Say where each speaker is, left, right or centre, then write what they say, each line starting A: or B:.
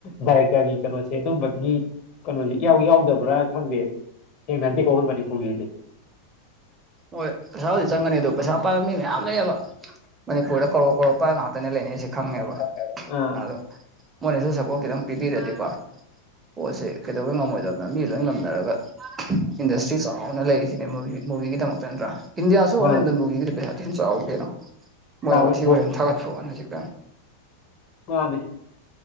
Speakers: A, on the left; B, on the right.
A: ꯗꯥꯏꯔꯦꯛꯇꯔꯒꯤ ꯀꯩꯅꯣꯁꯦ ꯑꯗꯨꯝꯕ___ ꯒꯤ ꯀꯩꯅꯣꯁꯦ ꯏꯌꯥꯎ ꯌꯥꯎꯗꯕ꯭ꯔꯥ ꯈꯪꯗꯦ ꯊꯦꯡꯅꯗꯦꯀꯣ ꯑꯩꯈꯣꯏ ꯃꯅꯤꯄꯨꯔꯒꯤꯗꯤ꯫
B: ꯍꯣꯏ ꯄꯩꯁꯥꯕꯨꯗꯤ ꯆꯪꯒꯅꯤ ꯑꯗꯣ ꯄꯩꯁꯥ ꯄꯥꯏꯕ ꯃꯤ ꯃꯌꯥꯝ ꯂꯩꯌꯦꯕ ꯃꯅꯤꯄꯨꯔꯗ ꯀꯔꯣ ꯀꯔꯣ ꯄꯥꯥꯏꯕ ꯉꯥꯛꯇꯅꯦ ꯂꯩꯅꯩꯁꯦ ꯈꯪꯉꯦꯕ
A: ꯈꯪꯉꯦꯕ
B: ꯑꯗꯣ ꯃꯣꯏꯅꯁꯨ ꯁꯄꯣꯔꯠ ꯈꯤꯇꯪ ꯄꯤꯕꯤꯔꯗꯤꯀꯣ ꯄꯣꯠꯁꯦ ꯀꯩꯗꯧꯕꯩ ꯉꯝꯃꯣꯏꯗꯣꯏꯅ ꯃꯤ ꯂꯣꯏ ꯉꯝꯅꯔꯒ꯫ ꯏꯟꯗꯁꯇ꯭ꯔꯤ ꯆꯥꯎꯅ ꯂꯩꯁꯤꯅꯦ ꯃꯨ ꯃꯨꯚꯤꯒꯤꯗꯃꯛ꯫ <unintelligible> ꯏꯟꯗꯤꯌꯥꯁꯨ ꯑꯃꯔꯣꯝꯗ
A: ꯃꯥꯅꯤ
B: ꯃꯨꯚꯤꯒꯤꯗꯤ ꯄꯩꯁꯥ ꯊꯤꯅ ꯆꯥꯎꯋꯤ ꯀꯩꯅꯣ꯫ ꯃꯣꯏ
A: ꯆꯥꯎꯋꯤ
B: ꯋꯥꯊꯤ
A: ꯕ꯭ꯔꯣ
B: ꯋꯥꯔꯦꯝ ꯊꯥꯒꯠꯄꯩ ꯋꯥꯅꯤ ꯍꯧꯖꯤꯛꯇ꯫
A: ꯃꯥꯅꯦ